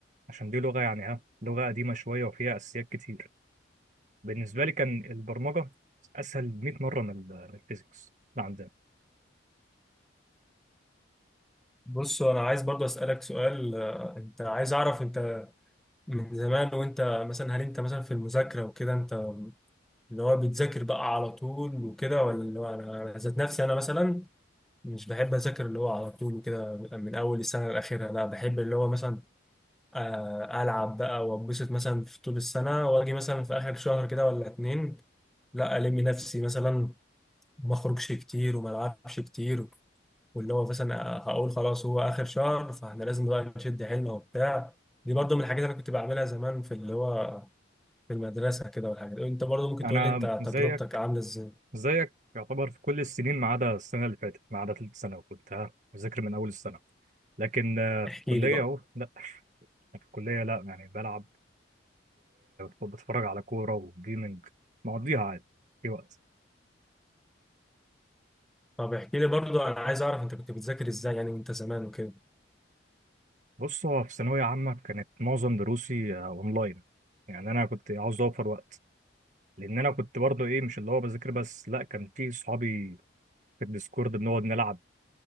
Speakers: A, on the right (about 40°); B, in the centre.
A: عشان دي لغه يعني ها لغه قديمه شويه وفيها اساسيات كتير بالنسبه لي كان البرمجه اسهل 100 مره من ال- من الفيزيكس اللي عندنا
B: بص انا عايز برضو اسالك سؤال آه، انت عايز اعرف انت من زمان وانت مثلا هل انت مثلا في المذاكره وكده انت اللي هو بتذاكر بقى على طول وكده ولا اللي هو انا أنا ذات نفسي انا مثلا مش بحب اذاكر اللي هو على طول وكده من اول السنه لاخرها لا بحب اللي هو مثلا آه، العب بقى واتبسط مثلا في طول السنه واجي مثلا في اخر شهر كده ولا اتنين لا الم نفسي مثلا ما اخرجش كتير وما العبش كتير واللي هو مثلا هقول خلاص هو اخر شهر فاحنا لازم بقى نشد حيلنا وبتاع دي برضو من الحاجات اللي أنا كنت بعملها زمان في اللي هو في المدرسه كده والحاجات انت برضو ممكن
A: انا
B: تقول لي انت
A: زيك
B: تجربتك عامله ازاي
A: زيك يعتبر في كل السنين ما عدا السنه اللي فاتت ما عدا ثالث سنه وكنت ها بذاكر من اول السنه لكن آه، في
B: احكي
A: الكلية
B: لي بقى
A: أهو لا في الكلية لا يعني بلعب وبتفرج على كورة وجيمنج مقضيها عادي في وقت
B: طب احكي لي برضو انا عايز اعرف انت كنت بتذاكر ازاي يعني انت زمان وكده
A: بص هو في ثانوية عامة كانت معظم دروسي آه، أونلاين يعني أنا كنت عاوز أوفر وقت لأن أنا كنت برضه إيه مش اللي هو بذاكر بس لا كان في صحابي في الديسكورد بنقعد نلعب